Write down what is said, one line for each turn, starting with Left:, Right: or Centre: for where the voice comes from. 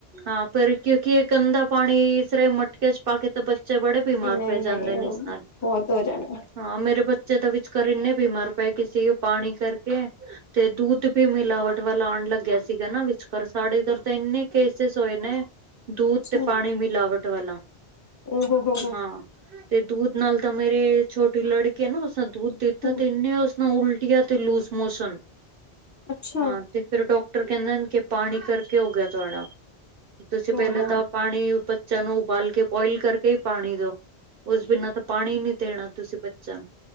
Right: ਹਾਂ ਪਰ ਕਿਉਂਕਿ ਇਹ ਗੰਦਾ ਪਾਣੀ ਇਸ ਤਰ ਮਟਕੇ 'ਚ ਪਾ ਕੇ ਤਾਂ ਬੱਚੇ ਬੜੇ ਬਿਮਾਰ
Left: ਨਹੀ-
Right: ਪੈ
Left: ਨਹੀ
Right: ਜਾਂਦੇ ਨੇ
Left: ਉਹ
Right: ਇਸ ਨਾਲ
Left: ਬਹੁਤ ਹੋ ਜਾਣਾ।
Right: ਹਾਂ ਮੇਰੇ ਬੱਚੇ ਤਾਂ ਵਿਚਕਾਰ ਇੰਨੇ ਬਿਮਾਰ ਪਏ ਗ ਸੀ ਉਹ ਪਾਣੀ ਕਰਕੇ ਤੇ ਦੁੱਧ ਵੀ ਮਿਲਾਵਟ ਵੱਲ ਆਉਣ ਲੱਗਿਆ ਸੀਗਾ ਨਾ ਵਿਚਕਾਰ ਸਾਡੇ ਇਧਰ ਤਾਂ ਇੰਨੇ ਕੇਸਿਸ ਹੋਏ ਨੇ। ਦੂਧ
Left: ਅੱਛਾ
Right: ਤੇ ਪਾਣੀ ਮਿਲਾਵਟ ਵਾਲਾ
Left: ਉਹ ਹੋ ਹੋ
Right: ਹਾਂ। ਤੇ ਦੂਧ ਨਾਲ ਤਾਂ ਮੇਰੇ ਛੋਟੀ ਲੜਕੀ ਹੈ ਨਾ ਉਸਨ ਦੂਧ ਦਿੱਤਾ
Left: ਹੋ
Right: ਤੇ ਇੰਨੇ ਉਸ ਨਾਲ ਉਲਟ ਉਲਟੀਆਂ ਤੇ ਲੂਜ ਮੋਸ਼ਨ
Left: ਅੱਛਾ
Right: ਹਾਂ ਤੇ ਫਿਰ ਡਾਕਟਰ ਕਹਿੰਦੇ ਕਿ ਪਾਣੀ ਕਰਕੇ ਹੋ ਗਿਆ ਤੁਹਾਡਾ ਤੁਸੀਂ
Left: ਹੋ
Right: ਪਹਿਲੇ ਤਾਂ ਪਾਣੀ ਬੱਚਿਆਂ ਨੂੰ ਉਬਾਲ ਕੇ ਬੋਇਲ ਕਰਕੇ ਹੀ ਪਾਣੀ ਦੋ। ਉਸ ਬਿਨਾਂ ਤਾਂ ਪਾਣੀ ਨੀ ਦੇਣਾ ਤੁਸੀ ਬੱਚਿਆਂ ਨੂੰ।